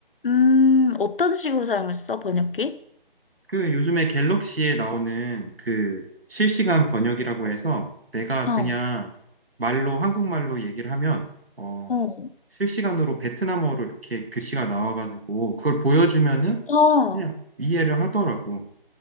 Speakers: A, on the left; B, on the right.
A: 음, 어떤 식으로 사용했어, 번역기?
B: 그 요즘에 갤럭시에 나오는 그 실시간 번역이라고 해서 내가
A: 어,
B: 그냥 말로 한국말로 얘기를 하면 어,
A: 어,
B: 실시간으로 베트남어로 이렇게 글씨가 나와가지고 그걸 보여주면은
A: 어.
B: 그냥 이해를 하더라고.